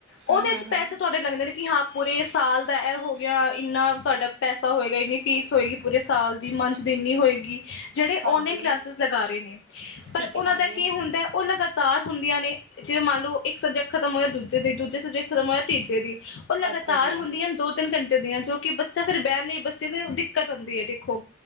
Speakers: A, on the left; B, on the right.
A: ਉਹਦੇ
B: ਹੂੰ ਹੂੰ
A: ਚ
B: ਹੂੰ
A: ਪੈਸੇ ਤੁਹਾਡੇ ਲੱਗਦੇ ਨੇ ਕਿ ਹਾਂ ਪੂਰੇ ਸਾਲ ਦਾ ਐ ਹੋ ਗਿਆ। ਇੰਨਾ ਤੁਹਾਡਾ ਪੈਸਾ ਹੋਏਗਾ, ਇੰਨੀ ਫੀਸ ਹੋਏਗੀ, ਪੂਰੇ ਸਾਲ ਦੀ ਮੰਥ ਦੀ ਇੰਨੀ ਹੋਏਗੀ। ਜਿਹੜੇ
B: ਹਾਂਜੀ
A: ਓਨਲਾਈਨ ਕਲਾਸਿਸ ਲਗਾ ਰਹੇ ਨੇ। ਪਰ
B: ਠੀਕ
A: ਉਹਨਾਂ
B: ਹੈ ਭੈਣ
A: ਦਾ
B: ਜੀ
A: ਕੀ ਹੁੰਦਾ। ਉਹ ਲਗਾਤਾਰ ਹੁੰਦੀਆਂ ਨੇ ਜੇ ਮੰਨ ਲਓ ਇੱਕ ਸਬਜੈਕਟ ਖਤਮ ਹੋਇਆ ਦੂਜੇ ਦੇ ਦੂਜੇ <unintelligible> ਤੀਜੇ ਦੀ ਉਹ ਲਗਾਤਾਰ
B: ਅੱਛਾ ਜੀ
A: ਹੁੰਦੀਆਂ ਨੇ ਦੋ ਤਿੰਨ ਘੰਟੇ ਦੀਆਂ ਜੋ ਕਿ ਬੱਚਾ ਫੇਰ ਬਹਿ ਕੇ ਨਹੀਂ ਬੱਚੇ ਨੂੰ ਦਿੱਕਤ ਹੋਂਦੀ ਏ ਦੇਖੋ।